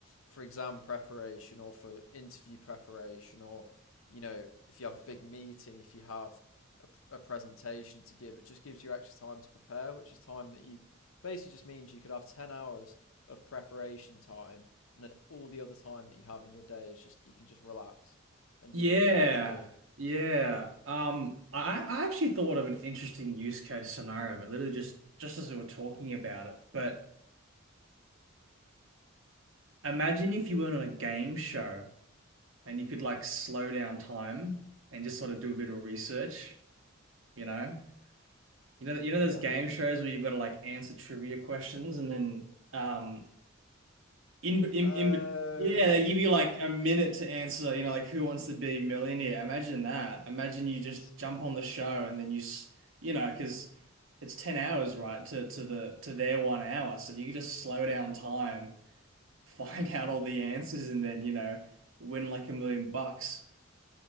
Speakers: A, on the left; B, on the right.
A: for exam preparation or for interview preparation or, you know, if you have a big meeting, if you have a, a presentation to give, it just gives you extra time to prepare, which is time that you basically just means you could have 10 hours of preparation time and then all the other time that you have in your day is just you can just relax and
B: Yeah,
A: do what you need to do.
B: yeah. Um, I I actually thought of an interesting use case scenario, but literally just just as we were talking about it. But imagine if you weren't on a game show and you could like slow down time and just sort of do a bit of research, you know? You know, you know
A: Yeah.
B: those game shows where you've got to like answer trivia questions and then um in in
A: Oh,
B: in bet- yeah, they give you like a minute to answer, you know, like who wants to be a millionaire? Imagine that. Imagine you just
A: it's
B: jump on the show and then you s- you know, because it's 10 hours, right, to to the to their one hour. So you just slow down time, <laughs> find out all the answers and then, you know, win like a million bucks.